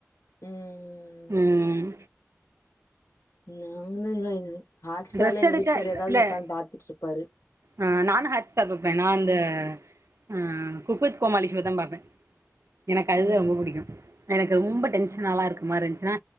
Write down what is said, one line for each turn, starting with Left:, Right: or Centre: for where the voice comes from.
Left: ம்
Right: ம்
Left: நாங்க இங்க எங்க ஹாட்ஸ்டார்ல
Right: ட்ரெஸ்
Left: எங்க
Right: எடுக்க
Left: வீட்டுக்காரு எதாவது
Right: இல்ல
Left: ஒக்காந்து பாத்துட்ருப்பாரு
Right: ஆ நானு ஹாட்ஸ்டார் பாப்பே நா இந்த ஆ குக்வித் கோமாலி ஷோதா பாப்பே எனக்கு அதுதா
Left: ம்
Right: ரொம்ப புடிக்கு எனக்கு ரொம்ப டென்ஷனாலா இருக்கு மாரி இருந்துச்சுன்னா